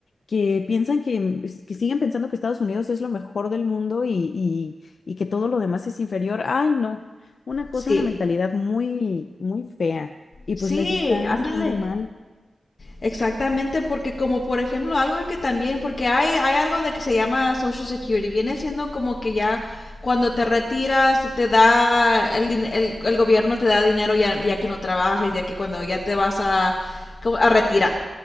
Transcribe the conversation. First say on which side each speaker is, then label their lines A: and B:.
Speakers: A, on the left; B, on the left.
A: que piensan que, que siguen pensando que Estados Unidos es lo mejor del mundo y, y, y que todo lo demás es inferior. Ay, no, una cosa,
B: sí.
A: una mentalidad muy, muy fea y
B: Sí,
A: pues les está
B: ándale.
A: haciendo mal.
B: Exactamente, porque como por ejemplo algo que también, porque hay, hay algo de que se llama Social Security, viene siendo como que ya cuando te retiras te da, el, din- el, el gobierno te da dinero ya, ya que no trabajes, ya que cuando ya te vas a, como a retirar,